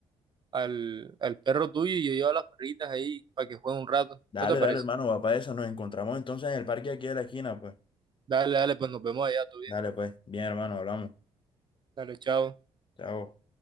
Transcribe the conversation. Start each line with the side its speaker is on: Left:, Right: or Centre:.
Right: al, al, al perro tuyo y yo llevo a las perritas ahí para que jueguen un rato?
Left: Dale,
Right: ¿No te parece?
Left: dale, hermano, va para eso. Nos encontramos entonces en el parque aquí de la esquina, pues.
Right: Dale, dale, pues nos vemos allá, todo bien.
Left: Dale, pues. Bien, hermano, hablamos.
Right: Dale, chao.
Left: Chao.